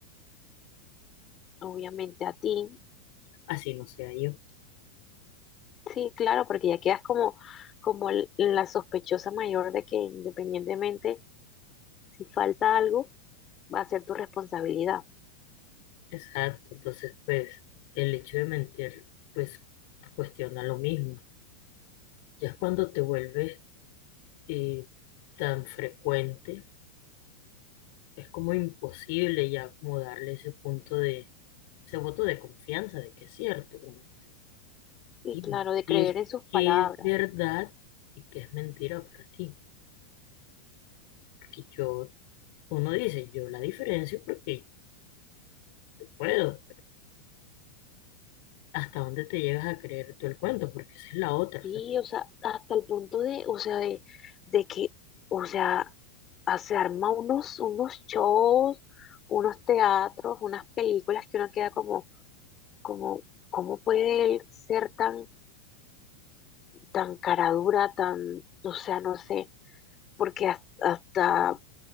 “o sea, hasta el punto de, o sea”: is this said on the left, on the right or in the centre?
Left